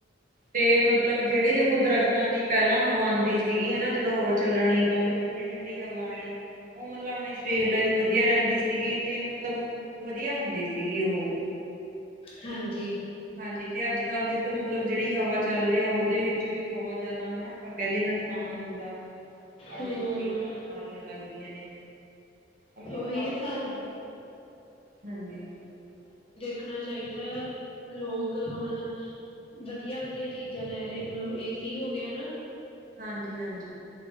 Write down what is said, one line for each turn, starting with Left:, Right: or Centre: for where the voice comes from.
Right: ਤੇ ਮਤਲਬ ਜਿਹੜੀ ਦੇਖੋ ਦਰਖ਼ਤ ਦੀ ਪਹਿਲਾਂ ਹਵਾ ਆਂਦੀ ਸੀਗੀ ਹਨਾ ਜਦੋਂ ਹਵਾ ਚੱਲਣੀ ਤਾਂ, ਉਹਦੀ ਠੰਡੀ ਠੰਡੀ ਹਵਾ ਆਉਣੀ, ਉਹ ਮਤਲਬ ਆਪਣੇ ਸਰੀਰ ਲਈ ਵੀ ਵਧੀਆ ਵਧੀਆਂ ਰਹਿੰਦੀ ਸੀਗੀ, ਤੇ ਮਤਲਬ ਵਧੀਆਂ ਹੁੰਦੀ ਸੀਗੀ ਉਹ।
Left: ਹਾਂਜੀ
Right: ਹਾਂਜੀ, ਤੇ ਅੱਜ ਕੱਲ੍ਹ ਦੇ ਮਤਲਬ ਜਿਹੜੀ ਹਵਾ ਚੱਲ ਰਹੀ ਐ, ਉਹਦੇ ਵਿੱਚ ਵੀ ਬਹੁਤ ਜ਼ਿਆਦਾ ਹਨਾ, ਆਪਾਂ ਕਹਿ ਦਏ ਕਸਾਨ ਹੁੰਦਾ, ਆਪਣੇ
Left: ਹਮ
Right: ਸਰੀਰ ਚ ਬਿਮਾਰੀਆਂ ਲੱਗਦੀਆਂ ਨੇ ਮਤਲਬ
Left: ਉਹੀ
Right: ਸਭ
Left: ਇਹ ਸਾਨ
Right: ਤੋਂ ਵੱਡਾ, ਹਾਂਜੀ।
Left: ਰੱਖਣਾ ਚਾਹੀਦਾਂ, ਲੋਕ ਹੁਣ ਵਧੀਆਂ ਵਧੀਆਂ ਚੀਜ਼ਾਂ ਲੈ ਰਹੇ ਮਤਲਬ ਏ ਸੀ ਹੋ ਗਿਆ ਨਾ।
Right: ਹਾਂਜੀ ਹਾਂਜੀ।